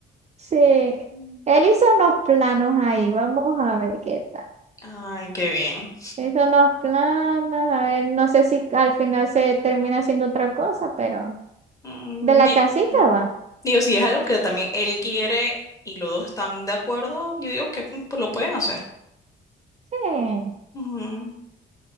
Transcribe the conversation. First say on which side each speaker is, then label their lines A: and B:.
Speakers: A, on the right; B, on the left.
A: Sí, él
B: Mm,
A: hizo unos planos ahí, vamos a ver qué tal.
B: Ay, qué bien.
A: Hizo unos planos, a ver, no sé si al final se termina haciendo otra cosa, pero
B: Mm,
A: de la
B: di-
A: casita
B: mm,
A: va.
B: Digo, si es algo que también él quiere y los dos están de acuerdo, yo digo que mm, pues, lo pueden hacer.
A: Sí,
B: Ujú.